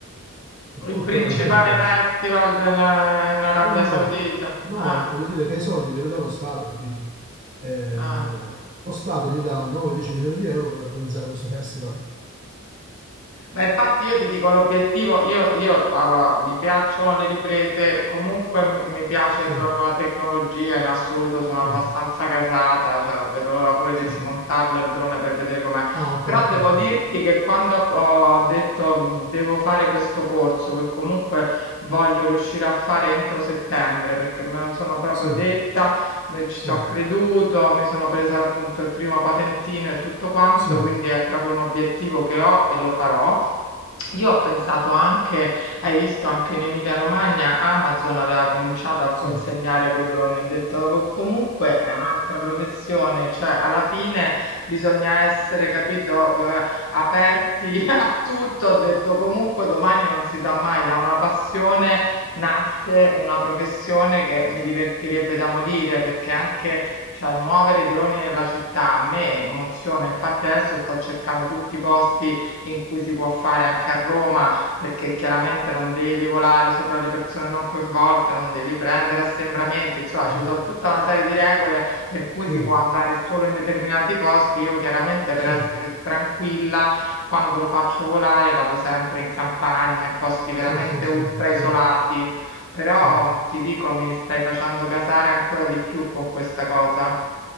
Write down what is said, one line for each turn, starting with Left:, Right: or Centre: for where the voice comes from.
Right: eh,
Left: Il
Right: cultural
Left: principale
Right: heritage.
Left: festival del- in Arabia
Right: No, no, no,
Left: Saudita.
Right: è- no,
Left: Ah,
Right: voglio dire che i soldi li dà lo Stato, capito? Eh,
Left: ah.
Right: lo Stato gli dà 9-10 milioni di euro per organizzare questo festival.
Left: Ma infatti io ti dico l'obiettivo, io, io ah, mi piacciono le riprese, comunque m- mi piace
Right: Sì.
Left: proprio la tecnologia, in assoluto sono abbastanza
Right: Sì,
Left: casata, cioè vedo l'ora pure
Right: sì,
Left: di smontarlo
Right: sì.
Left: il drone per vedere com'è.
Right: Ah, ok,
Left: Però
Right: ok,
Left: devo
Right: ok.
Left: dirti che quando ho ho detto "Mm, devo fare questo corso, che comunque voglio riuscire a fare entro settembre, perché me lo sono proprio
Right: Sì,
Left: detta, me- ci
Right: sì,
Left: ci ho creduto, mi sono presa appunto il primo patentino e tutto quanto,
Right: sì,
Left: quindi è proprio un obiettivo che ho e lo farò. Io ho pensato anche hai visto anche in Emilia Romagna Amazon aveva cominciato a consegnare
Right: sì,
Left: coi droni, ho detto "Co- comunque è un'altra professione, cioè alla fine bisogna essere, capito, eh, aperti <laughs> a tutto", ho detto comunque domani non si sa mai, da una passione nasce una professione che mi divertirebbe da morire, perché anche cioè, muovere i droni nella città a me emoziona, infatti adesso sto cercando tutti i posti in cui si può fare anche a Roma, perché chiaramente non devi volare sopra le persone non coinvolte, non devi prendere assembramenti, insomma ci
Right: mm,
Left: sono tutta una serie di regole per cui
Right: sì,
Left: si può andare solo in determinati posti. Io chiaramente per
Right: sì,
Left: essere tranquilla, quando lo faccio volare vado sempre in campagna, in posti veramente
Right: sì, sì, sì,
Left: ultra
Right: sì,
Left: isolati, però
Right: sì.
Left: ti dico mi stai facendo gasare ancora di più con questa cosa.